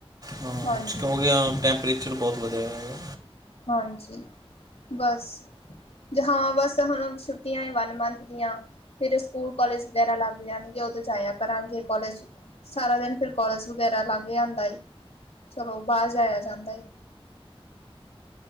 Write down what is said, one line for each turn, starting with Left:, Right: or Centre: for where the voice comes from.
Right: ਹਾਂ
Left: ਹਾਂਜੀ
Right: ਕਿਉਂਕਿ ਟੈਂ ਕਲੇਚਰ ਬਹੁਤ ਵਧੀਆ ਹੋਈਆ।
Left: ਹਾਂਜੀ, ਬਸ ਜ ਹਾਂ ਬਸ ਹੁਣ ਛੁ ਛੁੱਟੀਆਂ ਏ ਵਨ ਮੰਥ ਦੀਆਂ। ਫੇਰ ਸਕੂਲ ਕਾਲਜ ਵਗੈਰਾ ਲੱਗ ਜਾਣਗੇ, ਉਦੋਂ ਜਾਇਆ ਕਰਾਂਗੇ ਕਾਲਜ ਸਾਰਾ ਦਿਨ ਫਿਰ ਕੋਲਜ ਵਗੈਰਾ ਲਾਂਘ ਆਦਾ ਏ, ਚਲੋ ਬਾਹਰ ਜਾਇਆ ਜਾਂਦਾ ਏ।